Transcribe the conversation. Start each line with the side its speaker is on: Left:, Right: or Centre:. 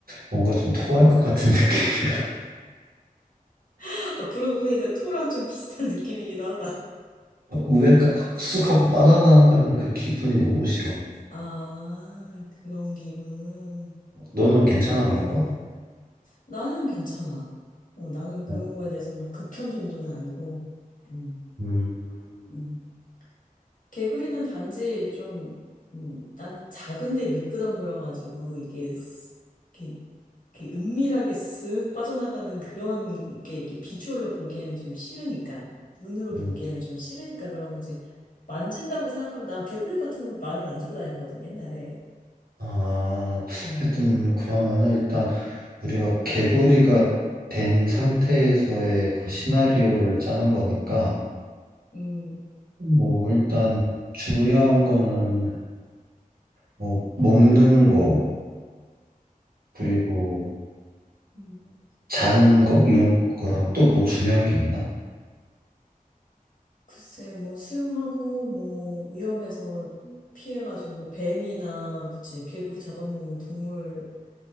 Right: 뭔가 좀 토할 것 같은 <laughs> 느낌이라.
Left: <laughs> 어, 그러고 보니까 토랑 좀 비슷한 <laughs> 느낌이기도 하다.
Right: 우에 확쑥 하고 빠져나가는 그 기분이 너무 싫어.
Left: 아, 그런 기분.
Right: 너는 괜찮아, 그런 거?
Left: 나는 괜찮아. 어, 나는 그런
Right: 어,
Left: 거에 대해서 막 극혐 정도는 아니고, 음,
Right: 음,
Left: 음. 개구리는 단지 좀, 음, 난 작은데 미끄덩거려가지고, 이게, 스- 이렇게, 이렇게 은밀하게 쓱 빠져나가는 그런 게, 이렇게 비주얼로 보기에는 좀 싫으니까, 눈으로 보기에는
Right: 음.
Left: 좀 싫으니까 그런 거지. 만진다고 생각하면, 난 개구리 같은 거는 많이 만지고 다녔거든, 옛날에.
Right: 아,
Left: 음,
Right: 하여튼 그러면은 일단 우리가 개구리가 된 상태에서의 그 시나리오를 짜는 거니까
Left: 음,
Right: 뭐 일단 중요한 거는 뭐 먹는 거 그리고
Left: 음,
Right: 자는 거 이런 거랑
Left: 음.
Right: 또 뭐 중요한 게 있나?
Left: 글쎄, 뭐, 수영하고, 뭐, 위험해서 피해가지고, 뭐, 뱀이나, 그치, 개구리 잡아먹는 동물한테